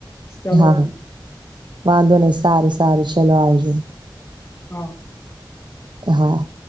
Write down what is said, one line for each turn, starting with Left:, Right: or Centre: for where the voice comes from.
Left: ચાલો
Right: હા
Left: તો
Right: વાંધો નહી સારું સારું ચલો આવજો.
Left: હા
Right: હા